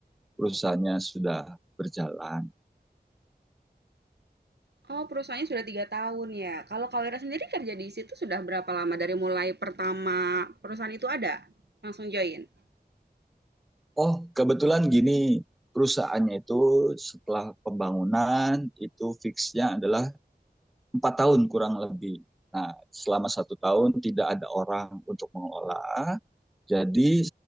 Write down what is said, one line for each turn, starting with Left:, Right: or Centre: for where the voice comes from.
Centre: perusahaannya sudah berjalan.
Right: Oh, perusahaannya sudah 3 tahun ya. Kalau Kak Wira sendiri kerja di situ sudah berapa lama dari mulai pertama perusahaan itu ada? Langsung join?
Centre: Oh, kebetulan gini, perusahaannya itu setelah pembangunan itu fixnya adalah empat tahun kurang lebih. Nah, selama satu tahun tidak ada orang untuk mengelola. Jadi